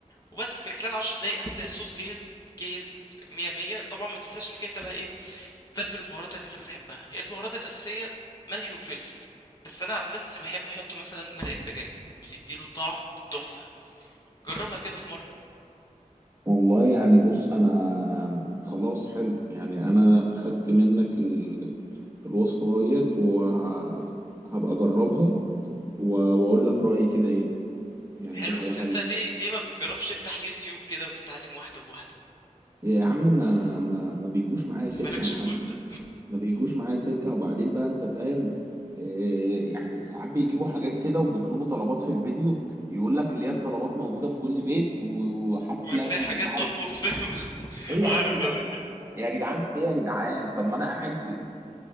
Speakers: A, on the left; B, on the right.
A: وبس في خلال عشر دقايق هتلاقي الصوص جاهز جاهز مية مية طبعا ما تنساش انك انت بقى ايه تتبل البهارات اللي انت بتحبها هي البهارات الاساسيه ملح وفلفل بس انا عن نفسي بحب احط مثلا مرقه دجاج بتديله طعم تحفه جربها كده في مره
B: والله يعني بص أنا خلاص حلو يعني أنا خدت منك ال... الوصفة اهيت وهبقى أجربها و... وأقول لك رأيي كده إيه يعني
A: حلو
B: دي حاجة
A: بس
B: حلوة
A: انت ليه ليه ما بتجربش تفتح يوتيوب كده وتتعلم واحده بواحده
B: يا عم ما ما, ما بيجوش معايا سكة
A: مالكش
B: يا عم
A: خلق
B: ما بيجوش معايا سكة وبعدين بقى انت فاهم إيه يعني ساعات بيجيبوا حاجات كده وبيطلبوا طلبات في الفيديو يقول لك اللي هي الطلبات موجودة في كل بيت وحتى
A: وتلاقي
B: لبن
A: حاجات
B: مش عارف
A: اصلا فاهم <laughs> <applause>
B: ايه يا عم
A: عارف
B: ده
A: انا دي
B: إيه يا جدعان في ايه يا جدعان طب ما انا قاعد في...